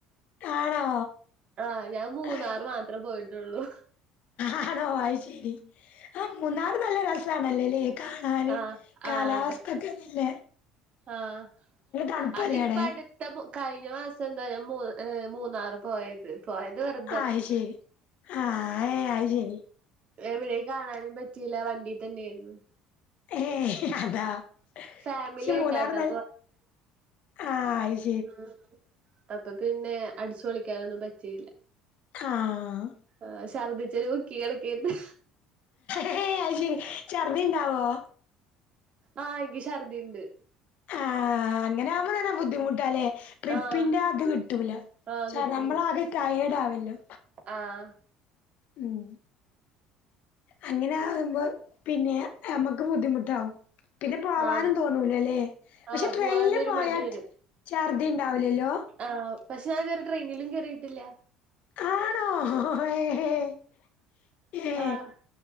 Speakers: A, on the left; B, on the right.
A: ആണോ?
B: ആഹ് ഞാൻ മൂന്നാറ്
A: അയ്
B: മാത്രം പോയിട്ടുള്ളൂ
A: ആണോ ആയിശരി ആഹ് മൂന്നാറ് നല്ല രസണല്ലേല്ലേ കാണാന്
B: ആഹ്
A: കാലാവസ്ഥക്കെ
B: ആഹ് അതെ
A: നല്ല
B: ആഹ്
A: തണുപ്പല്ലേ
B: അത്പ്പ
A: അവിടെ
B: അടു ത്ത കഴിഞ്ഞ മാസം ന്താ ഞാൻ മ് മൂന്നാറ് പോയത് പോയത് വെറ്
A: ആയിശരി ആഹ് എ ആയിശരി
B: എവിടെ കാണാനും പറ്റില്ല വണ്ടി തന്നെയിരുന്നു
A: ഏഹ് അതാ പക്ഷെ
B: ഫാമിലി ആയിട്ടാട്ടാ
A: മൂന്നാർ ന്നാൽ ആഹ് അയ്ശെ
B: ഉം അപ്പൊ പിന്നെ അടിച്ചുൊളിക്കാനൊന്നും പറ്റില്ല
A: ആഹ്
B: ആശ് ഛർദ്ദിച്ച ഒരു മുക്കി കടക്കര്ന്നു
A: എഹ് അയ്ശരി ഛർദി ഉണ്ടാവോ?
B: ആ ഇക്ക് ശർദി ഇണ്ട്
A: ആഹ് അങ്ങനെ ആവുമ്പോ തന്നെ ബുദ്ധിമുട്ട് അല്ലേ ട്രിപ്പിന്റെ
B: ആഹ്
A: ത് കിട്ടൂല
B: ആഹ് കിട്ടൂല
A: നമ്മളാകെ ട്ടയേർഡ് ആവല്ലോ
B: ആഹ്
A: ഉം അങ്ങനെ ആകുമ്പോ പിന്നെ നമ്മുക്ക് ബുദ്ധിമുട്ടാവും പിന്നെ പോവാനും.
B: ആഹ്
A: തോന്നൂല ല്ലേ പക്ഷെ
B: ആഹ്
A: ട്രെയിനിൽ
B: പോവാനൊരു
A: പോയാൽ
B: മടി വരും
A: ഛർദ്ധി ഉണ്ടാവില്ലല്ലോ?
B: ആഹ് പക്ഷെ ഞാൻ ഇതുവരെ ട്രെയിനിലും കേറിയിട്ടില്ല
A: ആണോ എഹ് എ
B: ആഹ്